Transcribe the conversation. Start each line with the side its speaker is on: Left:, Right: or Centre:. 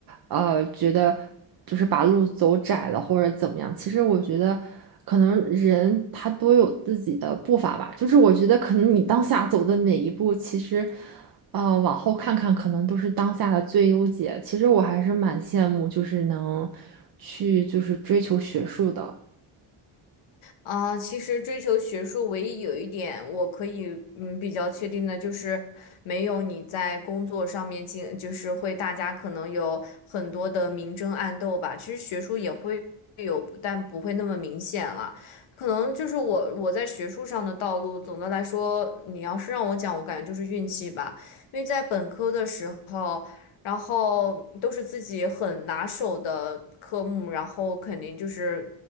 Right: 呃，觉得。就是把路走窄了或者怎么样。其实我觉得，可能人他都有自己的步伐吧。就是我觉得，可能你当下走的每一步，其实，呃，往后看看，可能都是当下的最优解。其实我还是蛮羡慕，就是能去就是追求学术的。
Left: 啊，其实追求学术，唯一有一点我可以嗯比较确定的就是，没有你在工作上面进，就是会大家可能有很多的明争暗斗吧。其实学术也会有，但不会那么明显了。可能就是我我在学术上的道路，总的来说，你要是让我讲，我感觉就是运气吧。因为在本科的时候。然后都是自己很拿手的科目，然后肯定就是